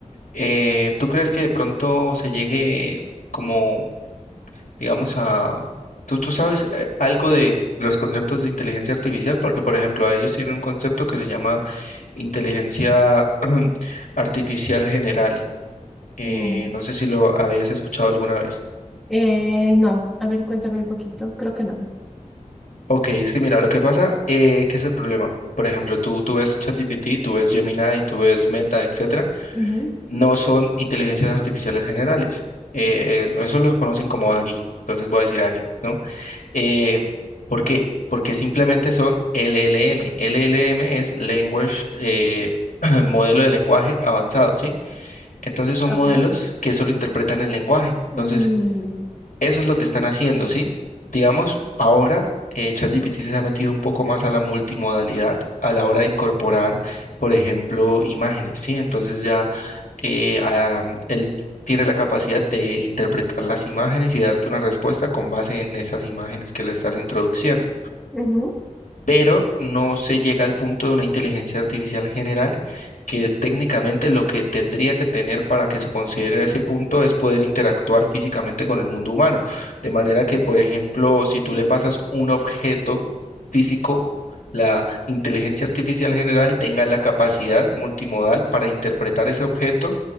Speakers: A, on the left (about 80°); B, in the centre.
A: Eh, ¿tú crees que de pronto se llegue como digamos, a... Tú, tú sabes eh, algo de los conceptos de inteligencia artificial, porque, por ejemplo, a ellos tienen un concepto que se llama inteligencia <clears throat> artificial general. Eh,
B: Mm,
A: no sé si lo habías escuchado alguna vez.
B: eh, no, a ver, cuéntame un poquito. Creo que no.
A: Ok, es que mira, lo que pasa, eh, ¿qué es el problema? Por ejemplo, tú, tú ves ChatGPT, tú ves Gemini, tú ves Meta, etcétera,
B: Ujú.
A: no son inteligencias artificiales generales. Eh, eh, eso lo conocen como AGI, entonces voy a decir AGI, ¿no? Eh, ¿por qué? Porque simplemente son LLM. LLM es Language, eh, <clears throat> modelo de lenguaje avanzado, ¿sí? Entonces son
B: Ok.
A: modelos que solo interpretan el lenguaje. Entonces,
B: Mm,
A: eso es lo que están haciendo, ¿sí? Digamos, ahora eh, ChatGPT se ha metido un poco más a la multimodalidad a la hora de incorporar, por ejemplo, imágenes, ¿sí? Entonces ya eh, ah, él tiene la capacidad de interpretar las imágenes y darte una respuesta con base en esas imágenes que le estás introduciendo
B: ujú,
A: pero no se llega al punto de una inteligencia artificial general que técnicamente lo que tendría que tener para que se considere ese punto es poder interactuar físicamente con el mundo humano. De manera que, por ejemplo, si tú le pasas un objeto físico, la inteligencia artificial general tenga la capacidad multimodal para interpretar ese objeto